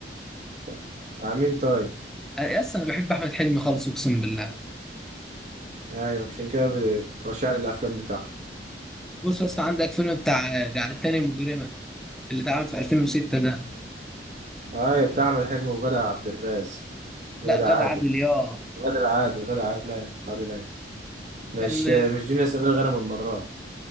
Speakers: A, on the right (about 40°); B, in the centre.
A: طيب. آه، مين طيب
B: آه، يا اسطى انا بحب احمد حلمي خالص اقسم بالله
A: ايوه عشان كده ب- بترشح لي الافلام بتاعته
B: بص يا اسطى عندك فيلم بتاع جعلتني مجرمه اللي اتعمل في 2006 ده
A: ايوه بتاع احمد حلمي وغادة عبد الرازق
B: لا
A: غادة
B: غادة
A: عادل
B: عادل ياه
A: غادة العادل غادة عادل أيوة، عادل ايوه مش
B: كان
A: مش دنيا سمير غانم المرة